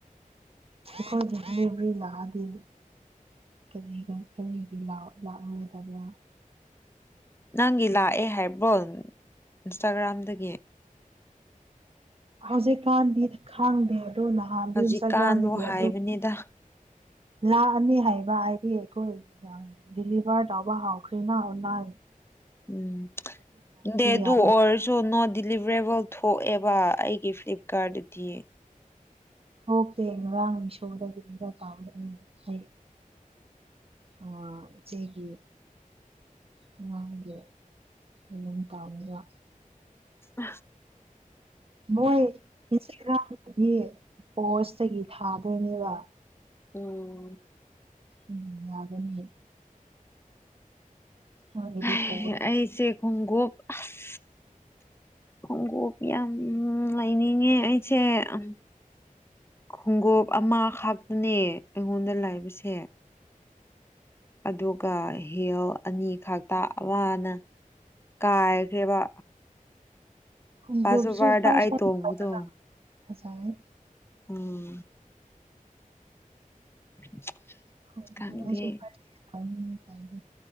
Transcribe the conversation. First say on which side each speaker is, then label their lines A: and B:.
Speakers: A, on the right (about 45°); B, on the left (about 15°).
A: ꯑꯩꯈꯣꯏꯒꯤ ꯗꯤꯂꯤꯕ꯭ꯔꯤ ꯂꯥꯛꯑꯗꯤ ꯀꯔꯤꯒ ꯀꯔꯤꯒꯤ ꯂꯥ ꯂꯥꯛꯔꯣꯏꯗꯕ꯭ꯔꯥ
B: ꯅꯪꯒꯤ ꯂꯥꯛꯑꯦ ꯍꯥꯏꯕ꯭ꯔꯣ ꯏꯟꯁꯇꯥꯒ꯭ꯔꯥꯝꯗꯒꯤ
A: ꯍꯧꯖꯤꯛꯀꯥꯟꯗꯤ ꯈꯪꯗꯦ ꯑꯗꯨ ꯅꯍꯥꯟꯗꯤ
B: ꯍꯧꯖꯤꯛꯀꯥꯟꯕꯨ
A: ꯏꯟꯁꯇꯥꯒ꯭ꯔꯥꯝꯗꯒꯤ
B: ꯍꯥꯏꯕꯅꯤꯗ
A: ꯑꯗꯨ ꯂꯥꯛꯑꯅꯤ ꯍꯥꯏꯕ ꯍꯥꯏꯗꯤ ꯑꯩꯈꯣꯏ ꯗꯤꯂꯤꯚꯔ ꯇꯧꯕ ꯍꯧꯈ꯭ꯔꯦꯅ ꯅꯥꯏ
B: ꯎꯝ ꯗꯦꯗꯨ
A: ꯌꯥꯒꯅꯤ
B: ꯑꯣꯔꯖꯨ ꯅꯣꯠ ꯗꯤꯂꯤꯚ꯭ꯔꯦꯕꯜ ꯊꯣꯛꯑꯦꯕ ꯑꯩꯒꯤ ꯐ꯭ꯂꯤꯞꯀꯥꯔꯠꯗꯗꯤ
A: ꯊꯣꯛꯇꯦ ꯉꯔꯥꯡ ꯃꯤꯁꯣꯗ ꯗꯤꯂꯤꯚꯔ ꯇꯥꯕꯅꯦ ꯑꯩ ꯑꯥ ꯢꯆꯦꯒꯤ ꯑꯉꯥꯡꯒꯤ ꯀꯩꯅꯣꯝ ꯇꯥꯕꯅꯦꯕ
B: ꯑꯥ
A: ꯃꯣꯏ ꯏꯟꯁꯇꯥꯒ꯭ꯔꯥꯝꯗꯗꯤ ꯄꯣꯁꯇꯒꯤ ꯊꯥꯗꯣꯏꯅꯦꯕ
B: ꯎꯝ
A: ꯎꯝ ꯌꯥꯒꯅꯤ ꯃꯣꯏꯒꯤꯗꯤ
B: ꯍꯩ
A: ꯄꯣꯁ
B: ꯑꯩꯁꯦ ꯈꯣꯡꯒꯨꯞ ꯑꯁ
A: <inaudible>
B: ꯈꯣꯡꯒꯨꯞ ꯌꯥꯝ ꯂꯩꯅꯤꯡꯉꯦ ꯑꯩꯁꯦ ꯑꯝ ꯈꯣꯡꯒꯨꯞ ꯑꯃ ꯈꯛꯇꯅꯦ ꯑꯩꯉꯣꯟꯗ ꯂꯩꯕꯁꯦ ꯑꯗꯨꯒ ꯍꯤꯜ ꯑꯅꯤꯈꯛꯇ ꯑꯃꯅ ꯀꯥꯏꯈ꯭ꯔꯦꯕ
A: ꯈꯣꯡꯒꯨꯞꯁꯨ
B: ꯄꯥꯁꯣꯕꯔꯗ
A: ꯐꯔꯁ
B: ꯑꯩ ꯇꯣꯡꯕꯗꯣ
A: ꯍꯦꯟ ꯂꯧꯋꯣꯅ ꯐꯖꯥꯢ
B: ꯎꯝ <inaudible>
A: ꯈꯨꯡꯎꯞ
B: ꯈꯪꯗꯦ
A: ꯑꯩꯁꯨ ꯐꯥꯔꯁ ꯍꯦꯟ ꯂꯧꯅꯤꯡꯉꯦ